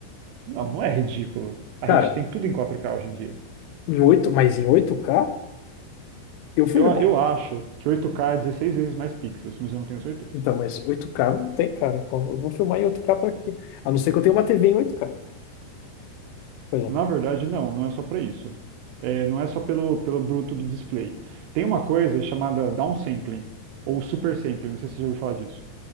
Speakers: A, on the right (about 80°); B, on the left (about 85°).
A: Não, não é ridículo. A
B: Cara,
A: gente tem tudo em quatro k hoje em dia.
B: em 8 mas em oito k Eu fui
A: Eu,
B: me comprar.
A: eu acho que oito k é 16 vezes mais pixels, mas eu não tenho certeza.
B: Então, mas oito k não tem, cara. Como eu vou filmar em oito k pra quê? A não ser que eu tenha uma TV em oito k por exemplo.
A: Na verdade, não, não é só para isso. É, não é só pelo, pelo bruto do display. Tem uma coisa chamada downsampling, ou supersampling, não sei se você já ouviu falar disso.